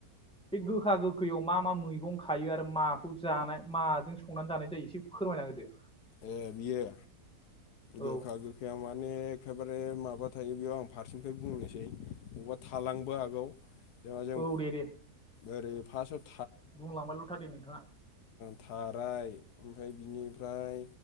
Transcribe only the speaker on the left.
ए बियो
गोखा गोखैया मा ने एखेबारे माबा थायो बेयाव, आं फारसेनिफ्राय बुंनोसै, बबा थालांनोबो हागौ। जेनेबा जों
ओरै फास्टआव
थाराय ओमफ्राय बिनिफ्राय